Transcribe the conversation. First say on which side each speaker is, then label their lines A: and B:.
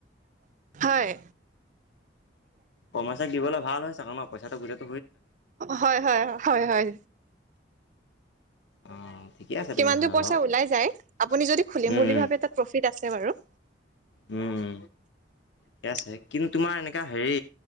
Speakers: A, on the right; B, on the left.
A: হয়
B: কৰ্মচাৰীক দিবলৈ ভাল হয় চাগে ন পইচাটো গোটে
A: হয় হয় হয় হয়।
B: অঁ ঠিকে আছে
A: সিমানটো
B: তেনেহ'লে
A: পইচা
B: বাৰু।
A: ওলাই যায়, আপুনি যদি খুলিম
B: উম,
A: বুলি ভাবে তাত প্ৰফিট আছে বাৰু।
B: উম।
A: <inaudible>
B: ঠিকে আছে কিন্তু তোমাৰ এনেকা হেৰি